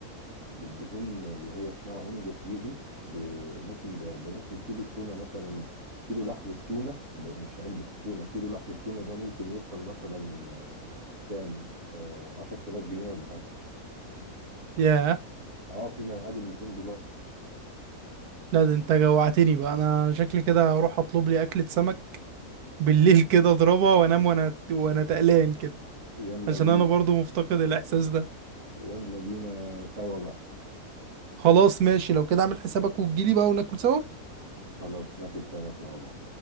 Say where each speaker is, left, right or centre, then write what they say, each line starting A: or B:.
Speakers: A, on the right; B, on the right.
A: بالدهون اللي هي اسمها أوميجا 3 دي ب- ممكن ده ده ممكن كيلو التونة مثلا كيلو لحم التونة ده مش علبة التونة كيلو لحم التونة ده ممكن يوصل مثلا كام؟ آه 10000 جنيه ولا حاجة
B: ياه
A: اه فيما يعادل 200 دولار
B: لا ده انت جوعتني بقى انا شكلي كده هروح اطلب لي اكلة سمك بالليل كده اضربها وانام وانا وانا تقلان كده
A: يلا
B: عشان
A: بينا
B: انا برضو مفتقد الاحساس ده
A: يلا بينا سوا بقى
B: خلاص ماشي لو كده اعمل حسابك وتجيلي بقى وناكل سوا
A: خلاص ناكل سمك مع بعض